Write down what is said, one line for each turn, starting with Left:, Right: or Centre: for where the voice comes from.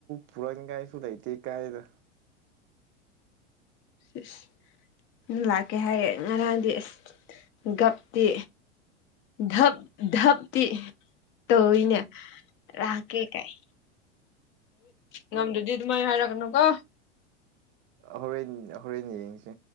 Right: ꯄꯨꯔꯅꯤꯡꯉꯥꯏꯁꯨ ꯂꯩꯇꯦ ꯀꯥꯏꯅ
Left: ꯑꯁ ꯂꯥꯛꯀꯦ ꯍꯥꯏꯔꯦ ꯉꯔꯥꯡꯗꯤ ꯑꯁ ꯒꯞꯇꯤ ꯙꯞ ꯙꯞꯇꯤ ꯇꯧꯋꯤꯅꯦ ꯂꯥꯛꯀꯦ ꯀꯥꯏ ꯉꯝꯗꯔꯗꯤ ꯇꯨꯃꯥꯏ ꯍꯥꯏꯔꯛꯀꯅꯨꯀꯣ
Right: ꯍꯣꯔꯦꯟ ꯍꯣꯔꯦꯟ ꯌꯦꯡꯁꯦ